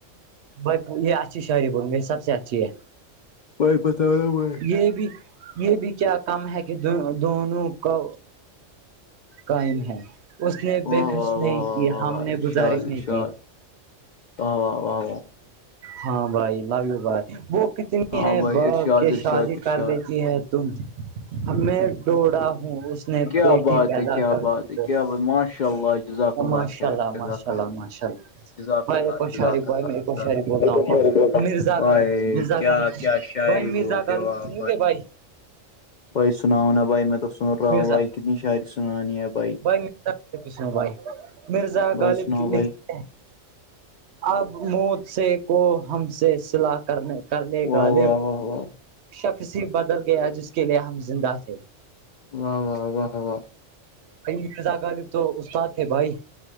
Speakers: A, on the right; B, on the left.
A: بھائی یہ اچھی شعری بولو گی یی سب سے اچھی ہے
B: <unintelligible>
A: یہ بھی یہ بھی کیا کم ہے کہ دونوں کا قائم ہے اس نے
B: واہ
A: بے
B: واہ
A: خش
B: واہ
A: نہیں
B: واہ
A: کی
B: واہ
A: ہم
B: واہ
A: نے
B: ارشاد
A: گزارش
B: ارشاد
A: نہیں کی
B: واہ واہ واہ واہ
A: ہاں بھائی لویو بھائی کتنی
B: ہاں
A: ہے
B: بھائی
A: با
B: ارشاد
A: گ کے
B: ارشاد
A: شادی
B: ارشاد
A: کر لیتی ہے تم ہمیں ڈڑا اس نے
B: کیا
A: بیٹی
B: بات
A: پیدا
B: ہے کیا
A: کر دی
B: بات ہے کیا بھائی ماشاء اللہ جزاک
A: ماشاء
B: خیر
A: اللہ
B: جزاک
A: ماشاءلہ ء اللہ ماشاء اللہ
B: جزاک
A: میں
B: اللہ جزاک
A: ش
B: اللہ
A: بھائی میں ایک
B: جزاک
A: شہری
B: اللہ
A: بولتا ہوں آ کو مرزا
B: بھائی
A: غالب جی مرزاغالب
B: کیا کیا
A: جی
B: شاعری
A: بھائی مرزا
B: بولتے
A: غالب
B: ہو آپ
A: سنو گے بھائی
B: بھائی سناؤنا بھائی میں تووں سن رہا
A: مرزا
B: ہوں بھائی کتنی شعری سنانی ہے بھائی
A: مرزا غالب کی سنو بھائی مرزا
B: بھائی
A: غالب
B: سناؤ
A: کیلی
B: بھائی
A: ہیں اب موت سے کو ہم سے سلا کرنے کرےےغالب
B: واہ واہ واہ واہ
A: شخص ہی بدل گیا جس کے لیے ہم زندہ تھے
B: واہ واہ واہ واہ
A: میرزا غالب تو استاد تھے بھائی